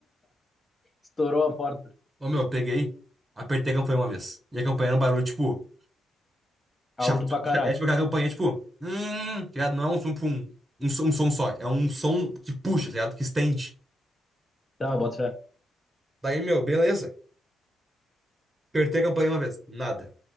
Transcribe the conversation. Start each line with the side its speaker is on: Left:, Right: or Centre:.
Left: Estourou a porta.
Right: Ô, meu, eu peguei, apertei a campanha uma vez. E a campanha era um barulho, tipo, chato.
Left: Alto pra caralho.
Right: Cha- É tipo aquela campanha, tipo, hum, tá ligado? Não é um som, tipo, um, um, som- um som só. É um som que puxa, tá ligado? Que estende.
Left: Tá, bota fé.
Right: Daí, meu, beleza. Apertei a campanha uma vez. Nada.